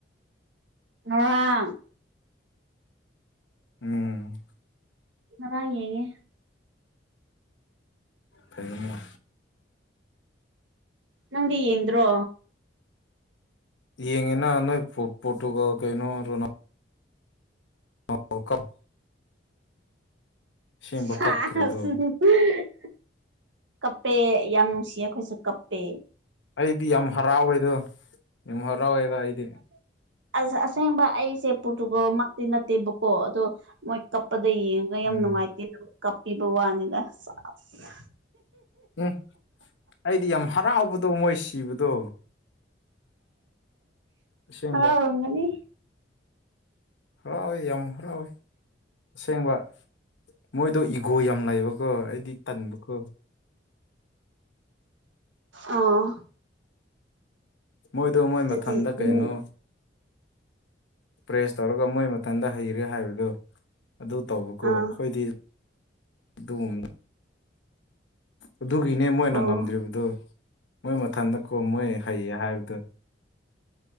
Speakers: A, on the right (about 80°); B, on the left (about 80°).
A: ꯉꯔꯥꯡ
B: ꯎꯝ
A: ꯉꯔꯥꯡ ꯌꯦꯡꯉꯦ
B: ꯐꯩꯅꯦ
A: ꯅꯪꯗꯤ ꯌꯦꯡꯗ꯭ꯔꯣ
B: ꯌꯦꯉꯦ ꯅꯣ ꯅꯣꯢ ꯄꯣꯔꯇꯨꯒꯜ ꯀꯩꯅꯣ ꯔꯣꯅꯥ ꯑꯣ ꯀꯞ ꯑꯁꯦꯡꯕ
A: ꯁꯥꯁ
B: ꯀꯞꯈ꯭ꯔꯦꯗꯣ
A: ꯍꯤꯍꯤꯍꯤ ꯀꯞꯄꯦ ꯌꯥꯝ ꯅꯨꯡꯁꯤꯌꯦ ꯑꯩꯈꯣꯏꯁꯨ ꯀꯞꯄꯦ
B: ꯑꯩꯗꯤ ꯌꯥꯝ ꯍꯔꯥꯎꯋꯦꯗꯣ ꯌꯥꯝ ꯍꯔꯥꯎꯋꯦꯗ ꯑꯩꯗꯤ
A: ꯑꯁ ꯑꯁꯦꯡꯕ ꯑꯩꯁꯦ ꯄꯣꯔꯇꯨꯒꯜꯃꯛꯇꯤ ꯅꯠꯇꯦꯕꯀꯣ ꯑꯗꯣ ꯃꯣꯏ ꯀꯞꯄ ꯗꯣ ꯌꯦꯡꯉꯒ ꯌꯥꯝ
B: ꯎꯝ
A: ꯅꯨꯡꯉꯥꯏꯇꯦ ꯀꯞꯄꯤꯕ ꯋꯥꯅꯤꯗ ꯁꯥꯁ
B: ꯎꯝ ꯑꯩꯗꯤ ꯌꯥꯝ ꯍꯔꯥꯎꯕꯗꯣ ꯃꯣꯏ ꯁꯤꯕꯗꯣ ꯑꯁꯦꯡꯕ
A: ꯍꯔꯥꯎꯔꯝꯒꯅꯤ
B: ꯍꯔꯥꯎꯋꯦ ꯌꯥꯝ ꯍꯔꯥꯎꯋꯦ ꯑꯁꯦꯡꯕ ꯃꯣꯏꯗꯣ ꯏꯒꯣ ꯌꯥꯝ ꯂꯩꯕꯀꯣ ꯑꯩꯗꯤ ꯇꯟꯕꯀꯣ
A: ꯑꯣ
B: ꯃꯣꯏꯗꯣ ꯃꯣꯏ
A: ꯑꯗꯨꯗꯤ
B: ꯃꯊꯟꯗ ꯀꯩꯅꯣ
A: ꯎꯝ
B: ꯄ꯭ꯔꯦꯁ ꯇꯧꯔꯒ ꯃꯣꯏ ꯃꯊꯟꯗ ꯍꯩꯔꯦ ꯍꯥꯏꯕꯗꯣ ꯑꯗꯨ ꯇꯧꯕꯀꯣ
A: ꯑꯥ
B: ꯑꯩꯈꯣꯏꯗꯤ ꯑꯗꯨꯒꯨꯝ ꯑꯗꯨꯒꯤꯅꯦ ꯃꯣꯏꯅ
A: ꯑꯣ
B: ꯉꯝꯗ꯭ꯔꯤꯕꯗꯣ ꯃꯣꯏ ꯃꯊꯟꯗ ꯀꯣ ꯃꯣꯏ ꯍꯩꯌꯦ ꯍꯥꯏꯕꯗꯨ